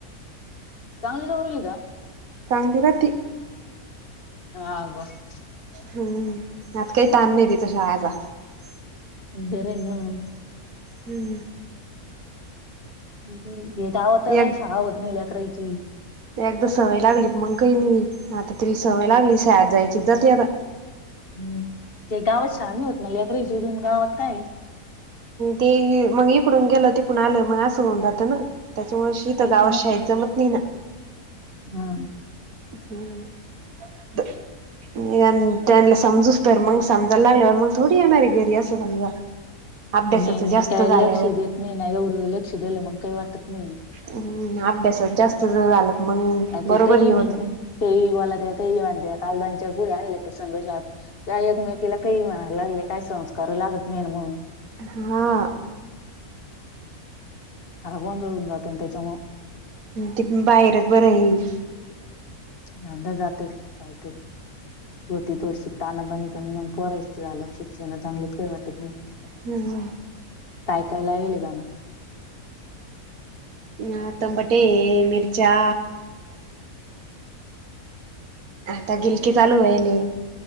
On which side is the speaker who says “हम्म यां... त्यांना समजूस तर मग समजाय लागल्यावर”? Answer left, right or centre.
Right